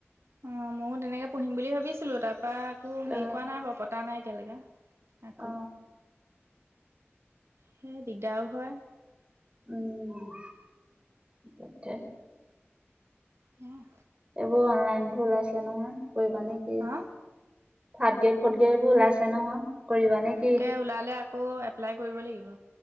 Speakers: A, on the right (about 75°); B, on the right (about 25°).
A: অ ময়ো তেনেকে পঢ়িম বুলি ভাবিছিলো, তাৰ পৰা একো হেৰি
B: অ
A: কৰোৱা নাই বাৰ পতা নাই এতিয়ালৈকে আক
B: অ
A: সেই দিগদাৰো হয়
B: উম তাকে
A: হম
B: এইবোৰ অনলাইন ভুল আছে নহয় কৰি পানে কি থাৰ্ড
A: অঁ
B: গ্ৰিয়েড ফৰ্থ গ্ৰিয়েডবোৰ ওলাইছে নহয় কৰিবা নে
A: তাকে
B: কি?
A: ওলালে আকৌ এপ্লাই কৰিব লাগিব